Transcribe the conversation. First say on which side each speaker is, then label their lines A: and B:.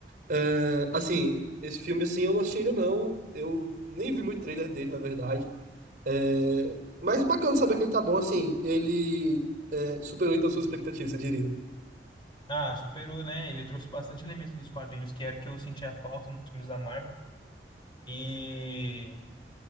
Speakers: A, on the right (about 50°); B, on the left (about 30°).
A: É, assim, esse filme assim eu não assisti ainda não. Eu nem vi muito trailer dele, na verdade. É, mas bacana saber que ele tá bom, assim. Ele é, superou então suas expectativas, eu diria.
B: Ah, superou, né? Ele trouxe bastante elemento dos quadrinhos, que era o que eu sentia falta nos filmes da Marvel. E.